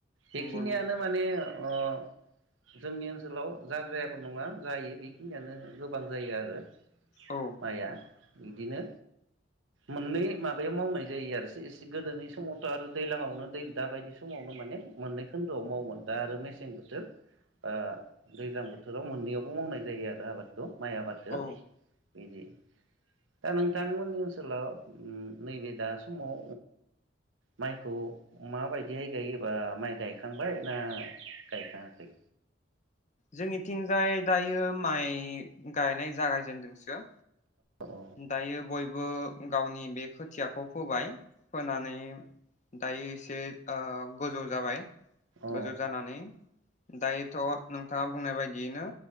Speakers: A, on the right; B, on the left.
A: बेखिनियानो
B: नंगौ नंगौ
A: माने अ जोंनि ओनसोलाव जाद्रायाबो नङा जायो बेखिनियानो गोबां जायो आरो
B: औ
A: माइआ बिदिनो मोननै माबायाव मावनाय जायो आरो एसे गोदोनि समावथ' आरो दैलांयावनो दै दाबायदि समावनो माने मोननै खोन्दोआव मावोमोन दा आरो मेसें बोथोर आ दैज्लां बोथोराव मोननैयावबो मावनाय जायो आरो आबादखौ। माइ आबादखौ
B: औ
A: बिदि। दा नोंथांमोननि ओनसोलाव नैबे दा समाव माइखौ माबायदिहाय गायोबा माइ गायखांबाय ना गायखाङाखै?
B: जोंनिथिंजाय दायो माइ गायनाय जागायजेनदोंसो।
A: अ
B: दायो बयबो गावनि बे खोथियाखौ फोबाय। फोनानै दायो एसे गोजौ जाबाय।
A: अ
B: गोजौ जानानै दायोथ' नोंथाङा बुंनाय बायदि दिनो